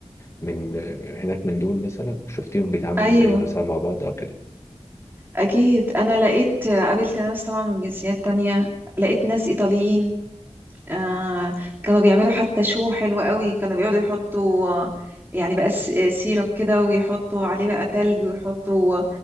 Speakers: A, on the left; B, on the right.
A: من هناك من دول مثلا شفتيهم بيتعاملوا
B: ايوه
A: ازاي مثلا مع بعض او كده
B: أكيد أنا لقيت قابلت ناس طبعا من جنسيات تانية لقيت ناس إيطاليين آه كانوا بيعملوا حتى شو حلو قوي كانوا بيقعدوا يحطوا آه، يعني بقى س- سيرب كده ويحطوا عليه بقى تلج ويحطوا